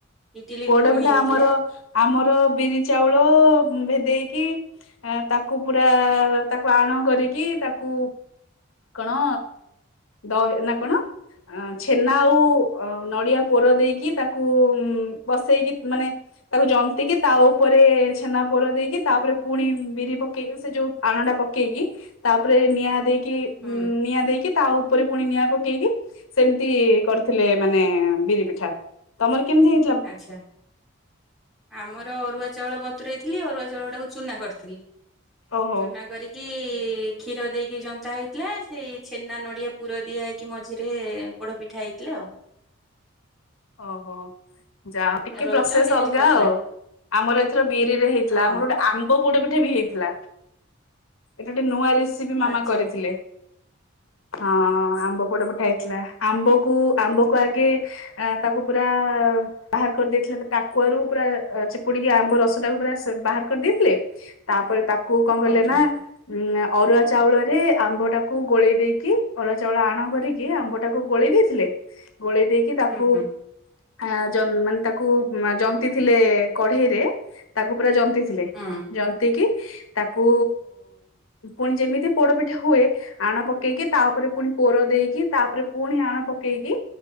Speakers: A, in the centre; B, on the left (about 85°).
A: ଇଟିଲି
B: ପୋଡ
A: ଘୁଗୁନି
B: ପିଠା
A: ହେଇଥିଲା
B: ଆମର ଆମର ବିରି ଚାଉଳ ଭେଦେଇକି ଆ ତାକୁ ପୁରା ତାକୁ ଆଣ କରିକି ତାକୁ କଣ ଦ ନା କଣ? ଅ ଛେନା ଆଉ ନଡିଆ ପୋର ଦେଇକି ତାକୁ ପସେଇକି ମାନେ ତାକୁ ଜନ୍ତକି ତା ଉପରେ ଛେନା ପୋର ଦେଇକି ତାପରେ ପୁଣି ବିରି ପକେଇକି ସେ ଯୋଉ ଆଣ ଟା ପକେଇକି ତାପରେ ନିଆଁ ଦେଇକି
A: ହୁଁ
B: ନିଆଁ ଦେଇକି ତା ଉପରେ ପୁଣି ନିଆଁ ପକେଇକି ସେମିତି କରିଥିଲେ ମାନେ ବିରି ପିଠା ତମର କେମିତି ହେଇ
A: ଆଚ୍ଛା ଆମର ଅରୁଆ ଚାଉଳ ବତରେଇଥିଲି ଅରୁଆ ଚାଉଳ ତାକୁ ଚୁନା କରିଥିଲି।
B: ଓହୋ
A: ଚୁନା କରି କି କ୍ଷୀର ଦେଇକି ଯନ୍ତା ହେଇଥିଲା ସେଇ ଛେନା ନଡିଆ ପୁର ଦିଆ ହେଇକି ମଝିରେ ପୋଡ ପିଠା ହେଇଥିଲା ଆଉ।
B: ଓହୋ। ଯା ଟିକେ
A: ଆଉ ରଜ
B: ପ୍ରୋସେସ
A: କେମିତି
B: ଅଲଗା
A: କଟିଲା?
B: ଆଉ ଆମର ଏଥର ବିରି ରେ ହେଇଥିଲା
A: ହଁ
B: ଆମର ଗୋଟେ ଆମ୍ବ ପୋଡ ପିଠା ବି ହେଇଥିଲା ଏଟା ଗୋଟେ ନୂଆ ରେସି ସେ ବି ମାମା
A: ଆଚ୍ଛା
B: କରିଥିଲେ ହଁ ଆମ୍ବ ପୋଡ ପିଠା ହେଇଥିଲା। ଆମ୍ବକୁ ଆମ୍ବକୁ ଆଗେ ତାକୁ ପୁରା ବାହାର କରିଦେଇଥିଲେ ଟାକୁଆରୁ ପୁରା ଚିପୁଡିକି ଆମ୍ବ ରସ ଟାକୁ ପୁରା ବାହାର କରିଦେଇଥିଲେ। ତାପରେ ତାକୁ କଣ କଲେ
A: ଆଚ୍ଛା
B: ନା? ଉ ଅରୁଆ ଚାଉଳରେ ଆମ୍ବ ଟାକୁ ଗୋଳେଇ ଦେଇକି ଅରୁଆ ଚାଉଳ ଆଣ କରିକି ଯିଏ ଆମ୍ବ ଟାକୁ ଗୋଳେଇ ଦେଇଥିଲେ ଗୋଳେଇ ଦେଇକି ତାକୁ
A: ହୁଁ ହୁଁ
B: ଆଁ ଜ ମାନେ ତାକୁ ଜନ୍ତି ଥିଲେ କଢେଇରେ ତାକୁ ପୁରା ଜନ୍ ତି ଥିଲେ
A: ହୁଁ
B: ଜନ୍ତିକି ତାକୁ ପୁଣି ଯେମିତି ପୋଡପିଠା ହୁଏ ଆଣ ପକେଇକି ତା ଉପରେ ପୁଣି ପୋର ଦେଇକି ତାପରେ ପୁଣି ଆଣ ପକେଇକି